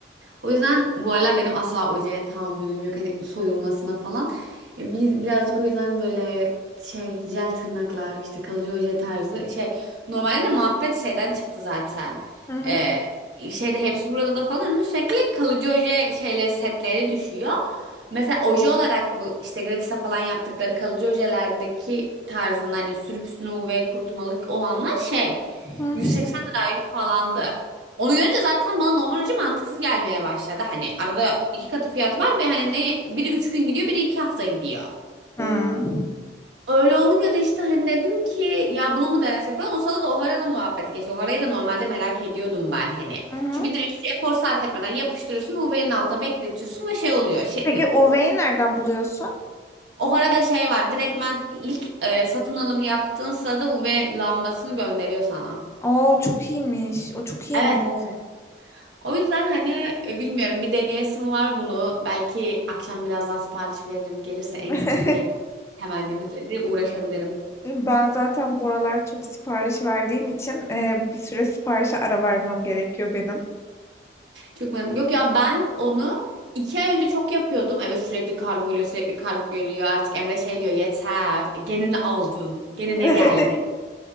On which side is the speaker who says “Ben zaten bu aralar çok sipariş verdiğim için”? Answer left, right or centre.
Left